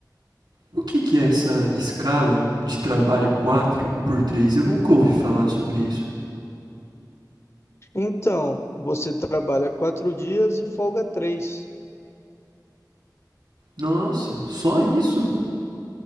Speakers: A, on the right; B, on the left.
A: O que, que é essa escala de trabalho 4 por 3? Eu nunca ouvi falar sobre isso.
B: Então, você trabalha quatro dias e folga três.
A: Nossa, só isso?